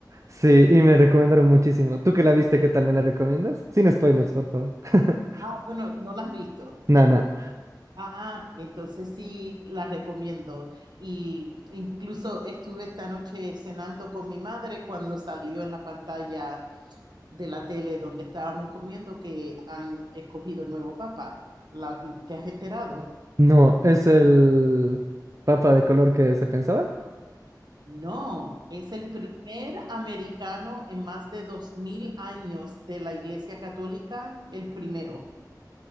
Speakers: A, on the right (about 45°); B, on the right (about 75°).
A: Sí, y me recomendaron muchísimo. ¿Tú que la viste, qué tal me la recomiendas? Sin spoilers, por favor. <laughs>
B: Ah, bueno, no las has visto.
A: Nana.
B: Ah, entonces sí las recomiendo. Y incluso estuve esta noche cenando con mi madre cuando salió en la pantalla de la tele donde estábamos comiendo que han escogido el nuevo papa. La- ¿te has enterado?
A: No, ¿es el Papa de color que se pensaba?
B: No, es el primer americano en más de dos mil años de la Iglesia Católica, el primero.